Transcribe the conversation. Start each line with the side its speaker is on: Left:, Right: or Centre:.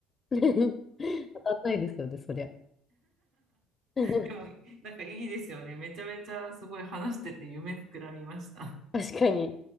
Left: <laughs> 当たんないですよね、そりゃ。<laughs>
Right: でも、なんかいいですよね。めちゃめちゃすごい話してて夢膨らみました。
Left: 確かに。